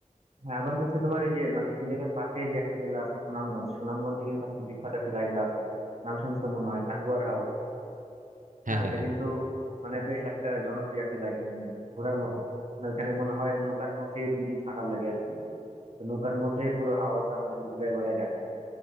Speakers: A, on the right; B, on the right.
A: হ্যাঁ, আবার হচ্ছে তোমার এই যে মানে সিলেটের পাশে যে একটা জেলা আছে সুনামগঞ্জ সুনামগঞ্জে কিন্তু একটা বিখ্যাত একটা জায়গা আছে নাম শুনছো মনে হয় টাঙ্গুয়ার হাওর
B: হ্যাঁ
A: না
B: হ্যাঁ
A: ওটা
B: হ্যাঁ
A: কিন্তু মানে বেশ একটা জনপ্রিয় একটা জায়গা মানে মানে ঘোরার মতো মানে ওখানে মনে হয় নৌকার মধ্যেই দুই দিন থাকার লাগে আর কি তো নৌকার মধ্যে পুরো হাওরটা আমাদেরকে ঘুরে ঘুরায় দেখায়